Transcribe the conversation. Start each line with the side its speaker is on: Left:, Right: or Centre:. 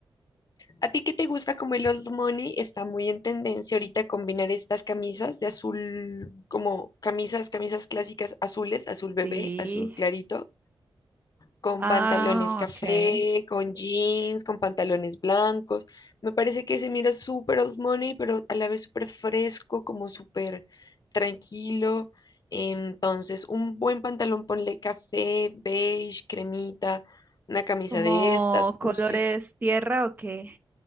Left: a ti que te gusta como el old money, está muy en tendencia ahorita combinar estas camisas de azul, como camisas, camisas clásicas azules, azul bebé,
Right: Sí.
Left: azul clarito, con
Right: Ah,
Left: pantalones café,
Right: ok.
Left: con jeans, con pantalones blancos. Me parece que se mira súper old money, pero a la vez súper fresco, como súper tranquilo. Entonces, un buen pantalón, ponle café, beige, cremita, una camisa
Right: ¿Como
Left: de estas,
Right: colores
Left: un, ci-
Right: tierra o qué?